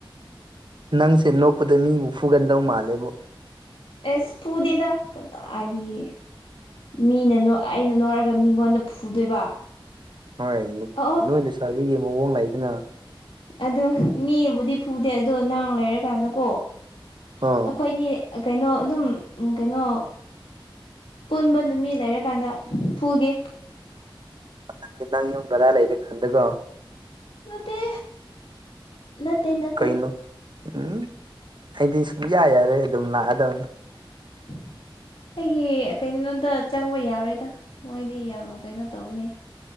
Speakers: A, on the right (about 60°); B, on the left (about 80°).
A: ꯅꯪꯁꯦ ꯅꯣꯛꯄꯗ ꯃꯤꯕꯨ ꯐꯨꯒꯟꯗꯧ ꯃꯥꯜꯂꯦꯕꯨ
B: ꯑꯦꯁ ꯄꯨꯗꯦꯗ ꯀꯗꯥꯒ ꯃꯤꯅ ꯑꯩꯅ ꯅꯣꯛꯔꯒ ꯃꯤꯉꯣꯟꯗ ꯐꯨꯗꯣꯏꯕ
A: ꯍꯣꯏ
B: ꯑꯣ
A: ꯅꯣꯏ ꯂꯩꯁꯥꯕꯤꯒꯤ ꯃꯑꯣꯡ ꯂꯩꯗꯅ
B: ꯑꯗꯨ ꯃꯤꯕꯨꯗꯤ ꯐꯨꯗꯦ ꯑꯗꯣ ꯅꯥꯡ ꯂꯩꯔꯀꯥꯟꯗꯀꯣ ꯑꯩꯈꯣꯏꯅꯤ
A: ꯑꯣ
B: ꯀꯩꯅꯣ ꯑꯗꯨꯝ ꯀꯩꯅꯣ ꯄꯨꯟꯕ ꯅꯨꯃꯤꯠ ꯂꯩꯔꯀꯥꯟꯗ ꯐꯨꯒꯦ
A: ꯑꯗꯨꯗꯗꯤ ꯅꯪ ꯌꯨꯝ ꯕꯔꯥ ꯂꯩꯔꯦ ꯈꯟꯗꯒꯣ
B: ꯅꯠꯇꯦ ꯅꯠꯇꯦ ꯅꯠꯇꯦ
A: ꯀꯩꯅꯣ ꯎꯝ ꯑꯩꯗꯤ ꯁꯨꯡꯌꯥ ꯌꯥꯔꯣꯏ ꯑꯗꯨꯝ ꯂꯥꯛꯑꯗꯧꯅꯤ
B: <inaudible> ꯑꯩꯒꯤ ꯀꯩꯅꯣꯗ ꯆꯪꯕ ꯌꯥꯔꯣꯏꯗ ꯃꯣꯏꯗꯤ ꯌꯥꯝ ꯀꯩꯅꯣ ꯇꯧꯕꯅꯤ